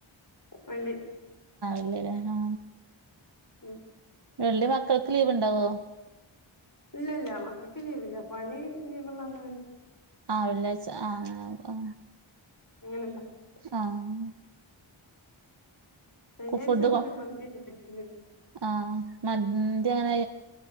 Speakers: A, on the left; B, on the right.
A: വെള്ളി.
B: അല്ലല്ലേ ഹാ
A: ഉം
B: വെള്ളി മക്കൾക്ക് ലീവ് ഉണ്ടാവോ?
A: ഇല്ല ഇല്ല മക്കൾക്ക് ലീവില്ല. പണി ലീവള്ളന്ന്
B: ആ വെള്ളിയാഴ്ച്ച ആഹ് ആ
A: അങ്ങനെ ഉണ്ടാക്കും
B: ആഹ്
A: കഴിഞ്ഞാഴ്ച
B: ഫുഡ്
A: മറ്റേ
B: കോ
A: മന്തി ഉണ്ടാക്കിയത്
B: ആഹ് മന്ത്യാണ്